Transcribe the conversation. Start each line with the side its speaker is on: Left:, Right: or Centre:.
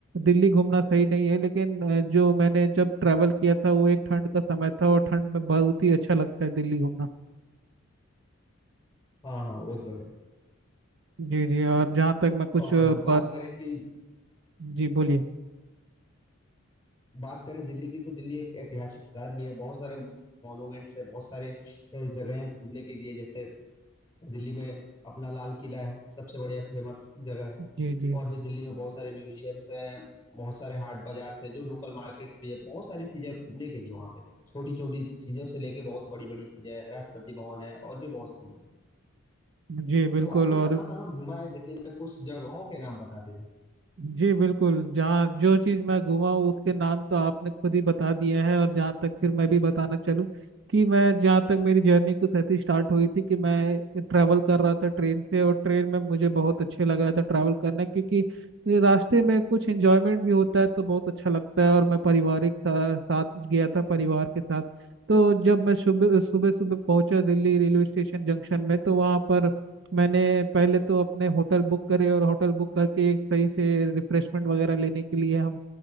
Right: दिल्ली घूमना सही नहीं है लेकिन अ, जो मैंने जब ट्रैवल किया था वो एक ठंड का समय था और ठंड में बहुत ही अच्छा लगता है दिल्ली घूमना
Left: हाँ हाँ वो तो है
Right: जी जी और जहाँ तक मैं कुछ
Left: और
Right: अ,
Left: बात
Right: बात
Left: करें कि
Right: जी बोलिए
Left: बात करें दिल्ली की तो दिल्ली एक ऐतिहासिक शहर भी है बहुत सारे मॉन्यूमेंट्स है बहुत सारे अ, जगह हैं घूमने के लिए जैसे दिल्ली में अपना लाल किला है सबसे बढ़िया फेमस जगह है
Right: जी जी
Left: और भी दिल्ली में बहुत सारे म्यूजियम्स हैं बहुत सारे हाट बाजार हैं जो लोकल मार्केट्स भी है बहुत सारी चीजें हैं घूमने के लिए वहाँ पे छोटी छोटी चीजों से लेके बहुत बड़ी बड़ी चीजें हैं राष्ट्रपति भवन है और भी बहुत चीजें हैं।
Right: जी बिल्कुल
Left: तो आपने
Right: और
Left: कहाँ कहाँ घूमा है दिल्ली में कुछ जगहों के नाम बता दीजिए
Right: जी बिल्कुल जहाँ जो चीज़ मैं घूमा हूँ, उसके नाम तो आपने खुद ही बता दिया है और जहाँ तक फिर मैं भी बताना चलूँ कि मैं जहाँ तक मेरी जर्नी कुछ ऐसी स्टार्ट हुई थी कि मैं ट्रैवल कर रहा था ट्रेन से और ट्रेन में मुझे बहुत अच्छे लग रहा था ट्रैवल करना क्योंकि रास्ते में कुछ एंजॉयमेंट भी होता है तो बहुत अच्छा लगता है और मैं पारिवारिक सा, साथ गया था परिवार के साथ तो जब मैं सुबह सुबह सुबह पहुंचा दिल्ली रेलवे स्टेशन जंक्शन में तो वहाँ पर मैंने पहले तो अपने होटल बुक करे और होटल बुक करके एक सही से रिफ्रेशमेंट वगैरह लेने के लिए हम